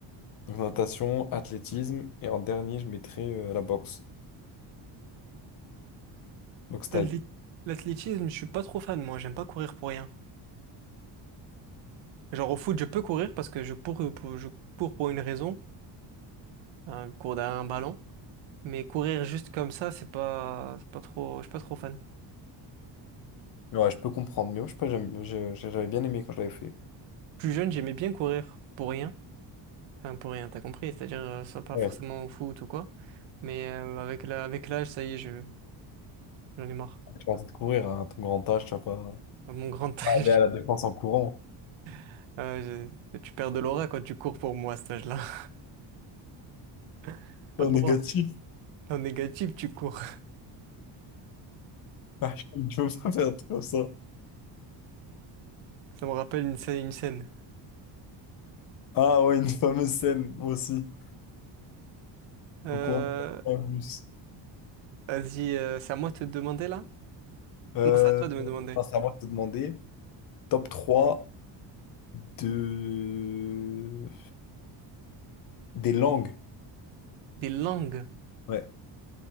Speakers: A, on the left (about 45°); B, on the right (about 70°).
A: Donc, natation, athlétisme. Et en dernier, je mettrais euh, la boxe. Boxe thaï.
B: L'athléti- L'athlétisme, je suis pas trop fan, moi, j'aime pas courir pour rien. Genre au foot, je peux courir parce que je cours pour, je cours pour une raison, hein, je cours derrière un ballon. Mais courir juste comme ça, c'est pas, c'est pas trop, je suis pas trop fan.
A: Ouais, je peux comprendre, mais moi, je sais pas, j'aime- j'ai- j'ai- j'avais bien aimé quand je l'avais fait.
B: Plus jeune, j'aimais bien courir pour rien. Enfin, pour rien, t'as compris, c'est-à-dire, euh, soit pas
A: Ouais,
B: forcément au foot ou quoi. Mais euh, avec la, avec l'âge, ça y est, je J'en ai marre.
A: tu vas te courir à ton grand âge, tu vas pas
B: À Mon grand âge,
A: aller à la défense en courant.
B: <laughs> euh, je- tu perds de l'aura quand tu cours pour moi à cet âge-là. <laughs> T'as Pas
A: En
B: le
A: négatif.
B: droit.
A: <laughs>
B: T'es En négatif, tu cours.
A: Ah, je- tu veux pas faire un truc comme ça.
B: <laughs> Ça me rappelle une scène. Une scène.
A: Ah ouais, une fameuse scène, moi aussi.
B: Euh,
A: En courant ouais, en plus.
B: vas-y, euh, c'est à moi de te demander là?
A: Euh,
B: Non, c'est à toi de me demander.
A: alors, c'est à moi de te demander. Top trois de... des langues.
B: Des langues.
A: Ouais,